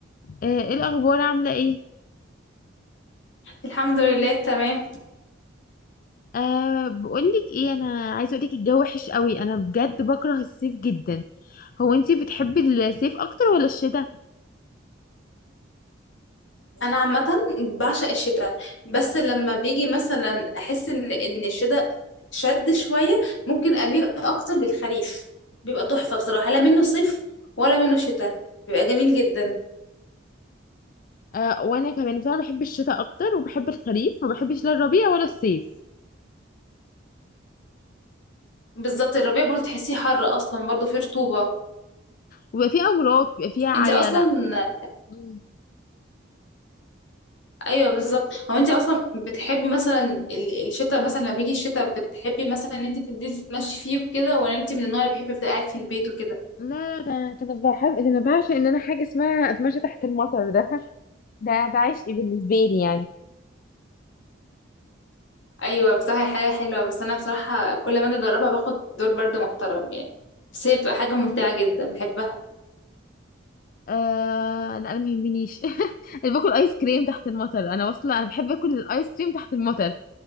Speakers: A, on the left; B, on the left.
A: آه، ايه الاخبار عامله ايه
B: الحمد لله تمام
A: أه بقولك ايه انا عايزه اقولك الجو وحش قوي انا بجد بكره الصيف جدا هو انتي بتحبي الصيف اكتر ولا الشتاء
B: انا عامه بعشق الشتاء بس لما بيجي مثلا احس ان ان الشتاء شد شويه ممكن اميل اكتر للخريف بيبقى تحفه بصراحه لا منه صيف ولا منه شتاء بيبقى جميل جدا
A: أه وانا كمان بصراحه بحب الشتاء اكتر وبحب الخريف ما بحبش لا الربيع ولا الصيف
B: بالظبط الربيع برضه تحسيه حر اصلا برضه فيه رطوبه
A: ويبقى فيه امراض بيبقى فيها عيله
B: انت اصلا
A: مم.
B: ايوه بالظبط هو انت اصلا بتحبي مثلا ال- الشتاء مثلا لما بيجي الشتاء بتحبي مثلا ان انت تنزلي تتمشي فيه وكده ولا انت من النوع اللي بيحب يفضل قاعد في البيت وكده
A: لا لا ده ده انا بحب ده انا بعشق ان انا حاجه اسمها اتمشى تحت المطر ده <laughs> ده ده عشق بالنسبه لي يعني
B: ايوه بصراحه هي حاجه حلوه بس انا بصراحه كل ما اجي اجربها باخد دور برضو محترم يعني بس هي بتبقى حاجه ممتعه جدا بحبها
A: آه لا انا ما يهمنيش <laughs> انا باكل ايس كريم تحت المطر انا واصله انا بحب اكل الايس كريم تحت المطر